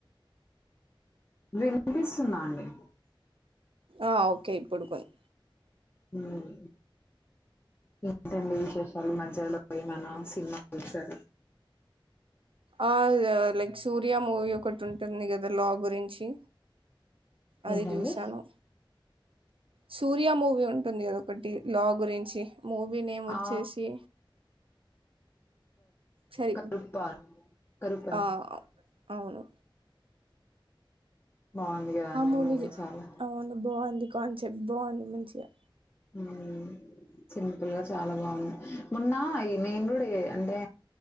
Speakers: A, on the left; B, on the right.
A: వినిపిస్తున్నాండి
B: ఆ ఓక కే పడుకోన్
A: ఆమ్ ఏంటండీ విశేషాలు ఈ మధ్యలో ఏమైనా సినిమాలు చూసారా
B: ఆ లైక్ సూర్య మూవీ ఒకటి ఉంటుంది కదా లా గురించి అది
A: ఏంటండి
B: చూశాను సూర్ ర్య మూవీ ఉంటుంది కద ఒకటి లా గురించి మూవీ నేమ్ వచ్చేసి
A: ఆ
B: చై
A: కరుప్ప కరుపన్
B: ఆ అవును
A: బాగుంది కదండి
B: ఆ మూవి
A: మూవీ చాలా
B: అవును బాగుంది కాన్ చె బావుంది మంచిగా
A: హుమ్మ్ చిన్నపిల్ల చ్ చాలా బావుంది మొన్న ఐ నేను గూడా చేయ అంటే